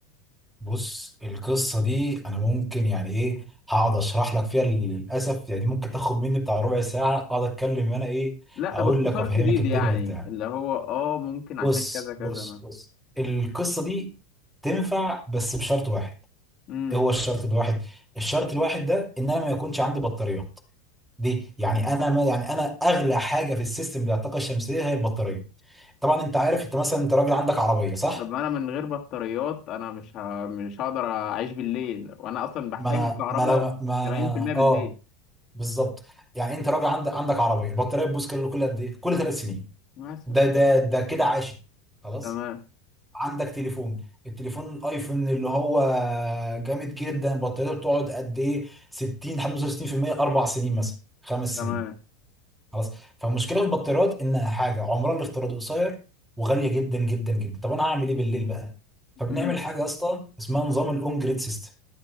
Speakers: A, in the centre; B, on the left.
A: بص القصه دي انا ممكن يعني ايه هقعد اشرح لك فيها للاسف يعني دي ممكن تاخد مني بتاع ربع ساعه اقعد اتكلم وانا ايه
B: لا
A: اقول
B: باختصار
A: لك وافهمك
B: شديد
A: الدنيا
B: يعني
A: بتاع
B: اللي هو اه ممكن عشان
A: بص
B: كذا كذا
A: بص بص القصه دي تنفع بس بشرط واحد
B: مثلا
A: هو الشرط الواحد الشرط الواحد ده ان انا ما يكونش عندي بطاريات دي يعني انا ما يعني انا اغلى حاجه في السيستم بتاع الطاقه الشمسيه هي البطاريه طبعا انت عارف انت مثلا انت راجل عندك عربيه صح
B: طب ما انا من غير بطاريات انا مش ه... مش هقدر اعيش بالليل وانا اصلا بحتاج
A: ما انا
B: الكهرباء
A: ما انا ما
B: 80%
A: انا
B: بالليل
A: اه بالظبط يعني انت راجل عندك عندك عربيه البطاريه بتبوظ كل كل قد ايه كل ثلاث سنين
B: مثلا
A: ده ده ده كده عاشت خلاص
B: تمام
A: عندك تليفون التليفون الايفون اللي هو جامد جدا بطاريته بتقعد قد ايه 60 65% اربع سنين مثلا خمس
B: تمام
A: سنين خلاص فالمشكله في البطاريات انها حاجه عمرها الافتراضي قصير وغاليه جدا جدا جدا طب انا هعمل ايه بالليل بقى فبنعمل
B: امم
A: حاجه يا اسطى اسمها نظام الاون جريد سيستم